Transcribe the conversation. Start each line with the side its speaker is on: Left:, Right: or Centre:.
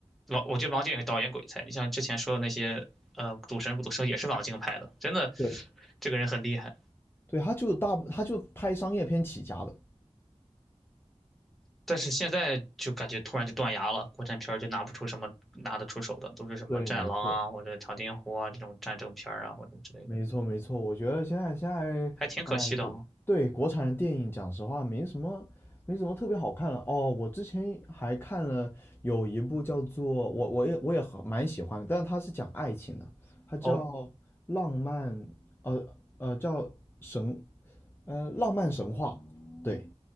Centre: 王，我觉得王晶也是导演鬼才。你像之前说的那些，呃，赌神、赌圣也是王晶拍的，真的，
Left: 对，
Centre: 这个人很厉害。
Left: 对，他就大，他就拍商业片起家的。
Centre: 但是现在就感觉突然就断崖了，国产片儿就拿不出什么拿得出手的，都是什么《战狼》啊，
Left: 对，没错。
Centre: 或者《长津湖》啊这种战争片儿啊，或者之类的，
Left: 没错，没错，我觉得现在现在，
Centre: 还挺可惜的啊。
Left: 哎，国对国产的电影，讲实话，没什么，没什么特别好看了。哦，我之前还看了有一部叫做我我也我也很蛮喜欢的，但是它是讲爱情的，它叫
Centre: 哦
Left: 《浪漫》，呃呃，叫神，呃，《浪漫神话》。对，